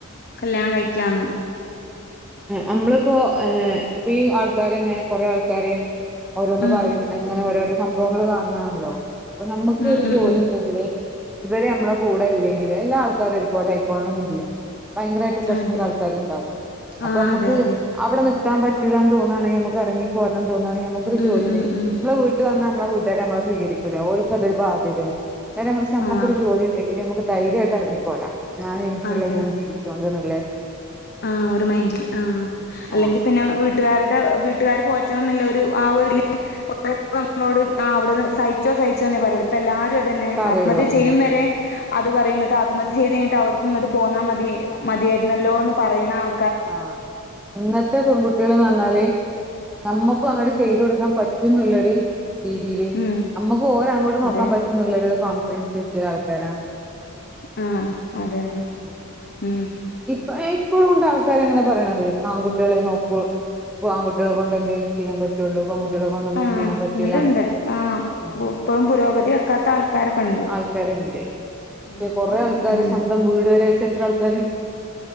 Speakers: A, on the left (about 50°); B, in the centre.
A: കല്യാണം കഴിക്കാന്ന്
B: നമ്മള് ഇപ്പൊ ഈ ആള്ക്കാര് തന്നെ കുറേ ആള്ക്കാര് ഓരോന്ന്
A: ഉം
B: പറയും അങ്ങ- ഓരോരോ സംഭവങ്ങൾ കാണുന്നയാണല്ലോ നമ്മുക്കൊരു
A: ഉം ഉം
B: ജോലി
A: ഉം
B: ഉണ്ടെങ്കിലേ- ഇവര് മ്മളെ കൂടെല്ലെങ്കിലും എല്ലാ ആൾക്കാരും ഒരുപോലെ ആയിക്കോളണന്നില്ല ഭയങ്കരായിട്ട് പ്രശ്നള്ള
A: അതെ
B: ആൾക്കാരു ണ്ടാവും അപ്പൊമ്മക്ക്
A: ആഹ് അതെ അതെ
B: അവിടെ നിൽ - ക്കാൻപറ്റൂല്ലാന്ന് തോന്നൊണെങ്കി നമ്മക്ക് ഇറങ്ങി പോരണം തോന്നാണെങ്കി നമ്മക്കൊരു ജോലി
A: ഉം
B: ഉണ്ടെങ്കി-
A: ഉം ഉം
B: നമ്മള വീട്ട് വന്നാ നമ്മളെ വീ- ട്ടാര് നമ്മളെ സ്വീകരിക്കൂല ഓൽക്കതൊരു ബാധ്യതയാവു നേരെ മറിച്ച് നമ്മക്കൊരു
A: ആഹ്
B: ജോലി ണ്ടെങ്കില് നമ്മക്ക് ധൈര്യയിട്ട് ഇറങ്ങിപ്പോരാ ഞാൻ എനിക്കുള്ള
A: അതെ
B: ഞാൻ
A: അതെ
B: ജീവിച്ചോണ്ട്ന്ന്ല്ലേ
A: ആ ഒരു മൈന്റിൽ ആ അല്ലെങ്കിൽ
B: ആഹ്
A: പിന്നെ വീട്ടുകാരുടെ വീട്ടുകര് പോ റ്റണന്ന്ള്ളൊരു ആ ഒര്ത് ല് <unintelligible> നമ്മളോ സഹിച്ചോ സഹിച്ചോ ന്നെ പറയു പ്പ എല്ലാരു തന്നെ
B: പറയുള്ളൂ
A: ആത്മഹത്യ ചെയ്യും
B: ഉം
A: വരെ അത് പറയും ന്നിട്ട് ആത്മഹത്യ ചെയ്തയിഞ്ഞട്ട് അവർക്ക് ഇങ്ങോട്ട് പോന്നാൽ മതി മതിയായിരുന്നല്ലോ ന്ന് പറയുന്ന ആൾ
B: ആ ഇന്നത്തെ പെൺകുട്ട്യള് പറഞ്ഞാല് നമ്മക്കും അങ്ങട്ട് ചെയ്തു കൊടുക്കാൻ പറ്റുംന്ന്ളെളാര് രീതിയില്
A: ഉം
B: നമ്മുക്ക് ഓരോ അങ്ങോട്ടും നോക്കാൻ
A: അതെ
B: പറ്റുന്നള്ളാര് പ ഫ്രണ്ട്സ് <unintelligible> ആൾക്കാരാ
A: ആ അതെ
B: ഉം
A: അതെ
B: ഉം
A: ഉം
B: ഇപ്പ ഏ ഇപ്പളുണ്ട് ആൾക്കാരങ്ങനെ പറയ്ണത് ആൺകുട്ടികളെ നോക്കൂ ഇപ്പൊ ആൺകുട്ടികളെകൊണ്ടേ എന്തേങ്കലും ചെയ്യാൻ പറ്റുള്ളൂ ട്ട്യാളെ കൊണ്ടൊന്നും
A: ആ
B: ചെയ്യാൻ പറ്റൂല്ല
A: ഉണ്ട്ണ്ട് ആ
B: ഉം
A: ഇപ്പോഴും പുരോഗതി വെക്കാത്ത ആൾക്കാരൊക്കെ ഉണ്ട്
B: ആൾക്കാരുണ്ട് പക്ഷെ
A: ആ നമ്മളെ
B: കൊറെ
A: കുടുംബത്തിലന്നെ
B: ആൾക്കാര് സ്വന്തം
A: ഉണ്ട്
B: വീട് വരെ വെച്ച എത്ര ആൾക്കാര്